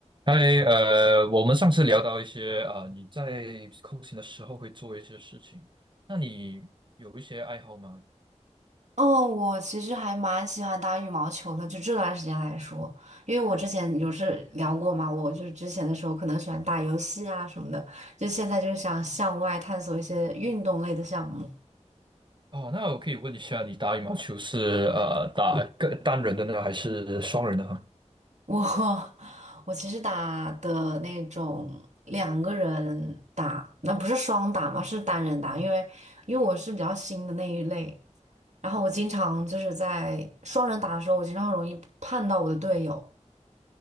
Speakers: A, on the right; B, on the right.
A: 嗨，呃，我们上次聊到一些啊、呃你在空闲的时候会做一些事情，那你有一些爱好吗？
B: 哦，我其实还蛮喜欢打羽毛球的，就这段时间来说，因为我之前有是聊过嘛，我就是之前的时候可能喜欢打游戏啊什么的，就现在就是想向外探索一些运动类的项目。
A: 哦，那我可以问一下，你打羽毛球是呃打个单人的呢，还是双人的哈？
B: 我 <laughs> 我其实打的那种两个人打，那不是双打嘛，是单人打，因为因为我是比较新的那一类，然后我经常就是在双人打的时候，我经常容易碰到我的队友。